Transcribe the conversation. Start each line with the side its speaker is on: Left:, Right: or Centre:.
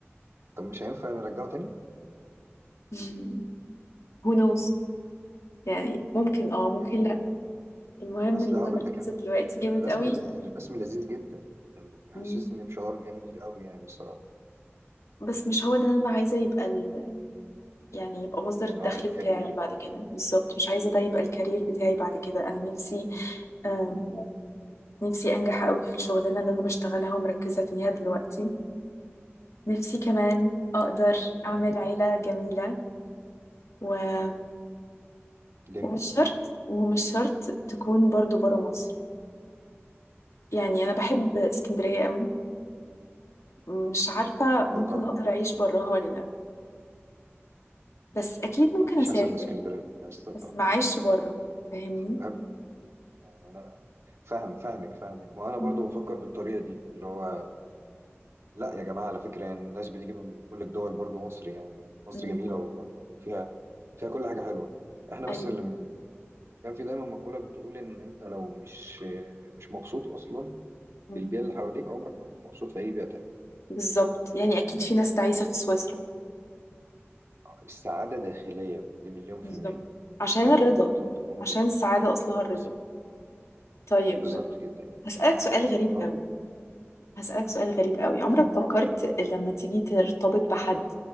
Right: طب مش هينفع نرجعه تاني
Left: مم. who knows يعني ممكن اه ممكن
Right: يعني
Left: لأ المهم
Right: اصل
Left: إن أنا
Right: هقول
Left: مركزة
Right: لك حاجة،
Left: دلوقتي جامد
Right: الرسم
Left: قوي
Right: الرسم لذيذ جدا كان بيحسسني
Left: مم.
Right: بشعور جميل قوي يعني الصراحه
Left: بس مش هو ده اللي أنا عايزة يبقى ال... يعني يبقى مصدر الدخل
Right: اه الكارير
Left: بتاعي
Right: يعني
Left: بعد كده بالظبط مش عايزة ده يبقى الكارير بتاعي بعد كده أنا نفسي أم...
Right: مم.
Left: نفسي أنجح قوي في الشغلانة اللي أنا بشتغلها ومركزة فيها دلوقتي نفسي كمان أقدر
Right: مم.
Left: أعمل عيلة جميلة و...
Right: جميل
Left: ومش شرط ومش شرط تكون برضو برا مصر يعني أنا بحب اسكندرية قوي مش عارفة ممكن
Right: اه طبعا
Left: أقدر أعيش براها ولا لأ بس أكيد
Right: مفيش
Left: ممكن أسافر
Right: احسن من اسكندريه الصراحه
Left: بس ما أعيش برا فاهمني
Right: انا بحب انا فاهم فاهمك فاهمك ما انا برضو
Left: مم.
Right: بفكر بالطريقه دي اللي هو لا يا جماعة على فكرة يعني الناس بتيجي من كل الدول برضو مصر يعني مصر
Left: مم.
Right: جميلة والله يعني وفيها فيها كل حاجة حلوة احنا بس
Left: أيوه
Right: اللي م- كان في دايما مقولة بتقول ان انت لو مش مش مبسوط اصلا
Left: مم.
Right: بالبيئة اللي حواليك عمرك ما تكون مبسوط في اي بيئة تانية
Left: بالظبط يعني
Right: يعني
Left: أكيد في ناس تعيسة في سويسرا
Right: السعادة داخلية دي مليون في
Left: بالظبط
Right: المية
Left: عشان
Right: انت
Left: الرضا
Right: لازم تكون
Left: عشان
Right: جوه
Left: السعادة أصلها الرضا
Right: بالظبط
Left: طيب
Right: بالظبط جدا يعني
Left: هسألك
Right: اه
Left: سؤال غريب
Right: آه،
Left: قوي هسألك سؤال غريب قوي عمرك
Right: دين
Left: فكرت لما تيجي ترتبط بحد